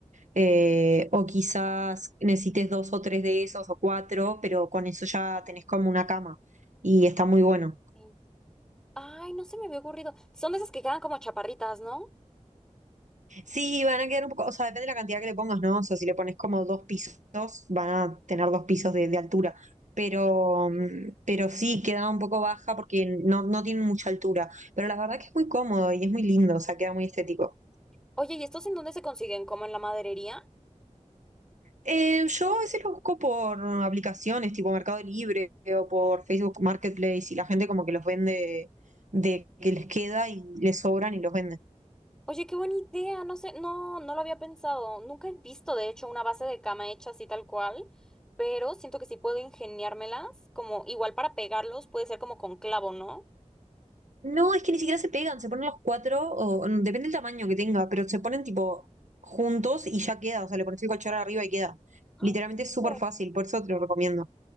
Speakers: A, on the right (about 75°); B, in the centre.
A: eh, o quizás necesites dos o tres de esos o cuatro, pero con eso ya tenés como una cama y está muy bueno.
B: Sí. Ay, no se me había ocurrido. Son de esas que quedan como chaparritas, ¿no?
A: Sí, van a quedar un poco, o sea, depende de la cantidad que le pongas, ¿no? O sea, si le pones como dos pisos, van a tener dos pisos de, de altura. Pero,
B: Sí.
A: mm, pero sí, queda un poco baja porque no, no tienen mucha altura. Pero la verdad que es muy cómodo y es muy lindo, o sea, queda muy estético.
B: Oye, ¿y estos en dónde se consiguen? ¿Como en la maderería?
A: Eh, yo a veces los busco por aplicaciones tipo Mercado Libre o por Facebook Marketplace y la gente como que los vende de que les queda y les sobran y los venden.
B: Oye, qué buena idea. No sé, no, no lo había pensado. Nunca he visto, de hecho, una base de cama hecha así tal cual, pero siento que sí puedo ingeniármelas, como igual para pegarlos, puede ser como con clavo, ¿no?
A: No, es que ni siquiera se pegan, se ponen los cuatro, o, mm, depende del tamaño que tenga, pero se ponen tipo juntos y ya queda, o sea, le pones el cachorro arriba y queda.
B: Ah,
A: Literalmente es súper
B: súper.
A: fácil, por eso te lo recomiendo.